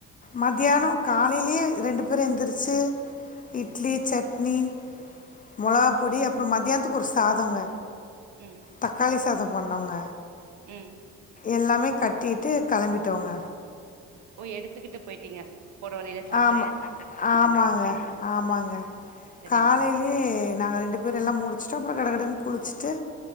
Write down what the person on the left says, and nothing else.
மதியானோ காலேயே ரெண்டு பேரு எந்துருச்சு இட்லி சட்னி மொளகா பொடி அப்றோ மத்யானத்துக்கு ஒரு சாதோங்க
தக்காளி சாதோ பண்ணோங்க
எல்லாமே கட்டிட்டு கெளம்பிட்டோங்க
ஆம ஆமாங்க ஆமாங்க
காலே லே நாங்க ரெண்டு பேரு எல்லா முடிச்சிட்டோ அப்றோ கடகடன்னு குளிச்சிட்டு